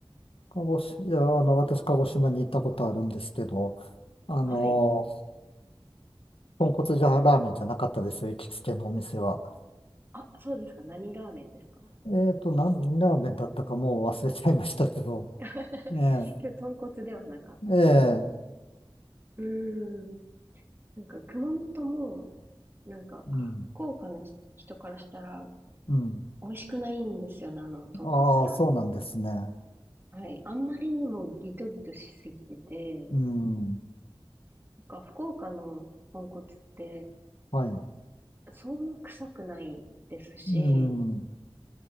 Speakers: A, on the left; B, on the right.
A: 鹿児島、いや、あの、私、鹿児島に行ったことあるんですけど、あの、
B: はい。
A: 豚骨じゃラーメンじゃなかったですよ、行きつけのお店は。
B: あ、そうですか。何ラーメンですか
A: えっと、なん、ラーメンだったかもう忘れちゃいましたけど、
B: <laughs>
A: ええ、
B: 今日、豚骨ではなかった。
A: ええ、
B: うーん。なんか、熊本も、なんか、
A: うん、
B: あ福岡の人からしたら、
A: うん。
B: 美味しくないんですよね、あの、豚骨ラーメン。
A: ああ、そうなんですね。
B: はい。あんまりにもギトギトしすぎてて、
A: うん、
B: なんか福岡の豚骨って
A: はい。
B: そんな臭くないですし、
A: うん、